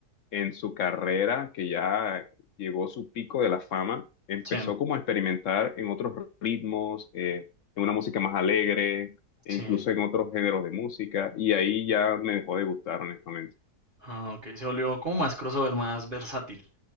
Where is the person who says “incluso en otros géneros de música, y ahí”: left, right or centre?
Left